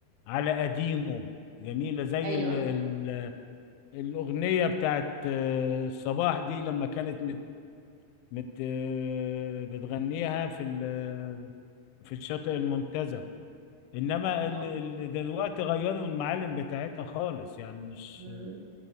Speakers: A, on the left; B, on the right.
A: على قديمه جميله زي
B: ايوه
A: ال ال الاغنيه بتاعت آه، الصباح دي لما كانت مت مت آه، بتغنيها في ال- في الشاطئ المنتزه انما
B: اه
A: ال ال دلوقتي غيروا المعالم بتاعتها خالص يعني مش
B: مم.